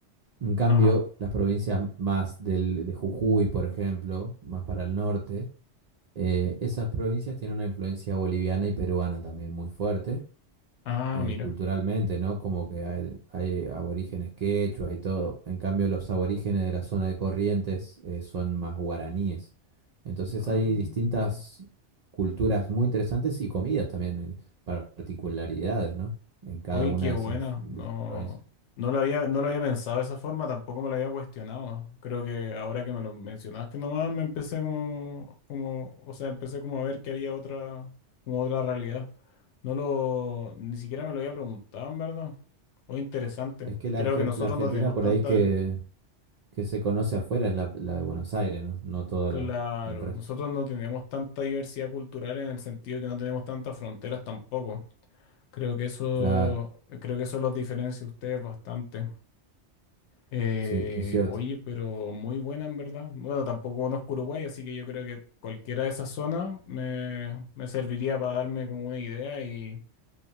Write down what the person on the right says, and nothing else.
En cambio,
las provincias más del, de Jujuy, por ejemplo, más para el norte, eh, esas provincias tienen una influencia boliviana y peruana también muy fuerte,
eh,
culturalmente, ¿no? Como que hay, hay aborígenes quechuas y todo. En cambio, los aborígenes de la zona de Corrientes, eh, son más guaraníes. Entonces
hay distintas
culturas muy interesantes y comidas también, eh, particularidades, ¿no? En cada
una
de
esas, de
esas provincias.
Es que la,
Argen-
la Argentina
por
ahí que, que se conoce afuera es la, la de Buenos Aires, ¿no? No todo
la- el resto.
Claro,
sí, es cierto.